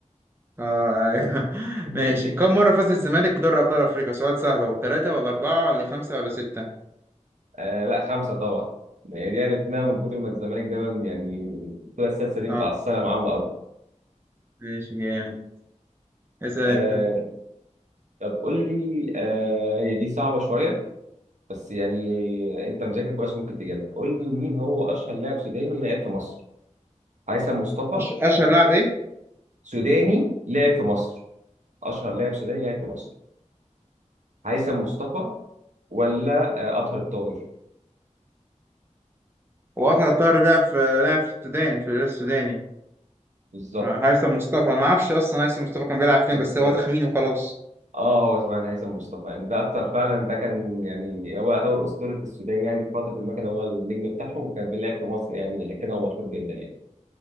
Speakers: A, on the right; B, on the right.
A: اه أيوه. <laughs>
B: <laughs>
A: ماشي كم مرة فاز الزمالك بدوري أبطال أفريقيا سؤال سهل اهو ثلاثة ولا أربعة ولا خمسة ولا ستة
B: آه لا خمسة طبعا هي دي عرفناها من كتر ما الزمالك دايما يعني الكرة السادسة دي
A: اه
B: متعصبة معاهم قوي
A: ماشي جامد اسأل
B: آه
A: أنت
B: طب قول لي آه هي دي صعبة شوية بس يعني انت مذاكر كويس ممكن تجيبها قول لي مين هو اشهر لاعب سوداني لعب في مصر هيثم مصطفى
A: أش... أشهر لاعب إيه؟
B: سوداني لعب في مصر اشهر لاعب سوداني لعب في مصر هيثم مصطفى ولا آه، اطهر الطاهر
A: هو أطهر طاهر لعب في لعب في السودان في الهلال السوداني
B: بالظبط
A: فهيثم مصطفى أنا ما أعرفش أصلا هيثم مصطفى كان بيلعب فين
B: بالظبط
A: بس هو تخمين وخلاص
B: اه هو طبعا هيثم مصطفى يعني ده اكتر فعلا ده كان يعني هو يعتبر اسطوره السودان يعني في فتره ما كان هو النجم بتاعهم وكان بيلعب في مصر يعني عشان كده هو مشهور جدا يعني